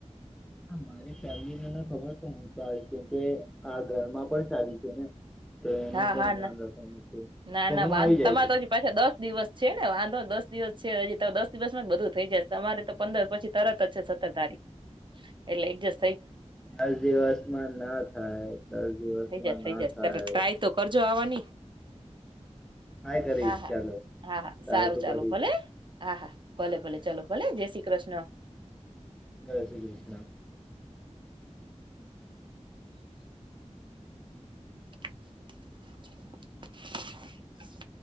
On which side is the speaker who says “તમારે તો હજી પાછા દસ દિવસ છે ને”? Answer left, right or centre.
Right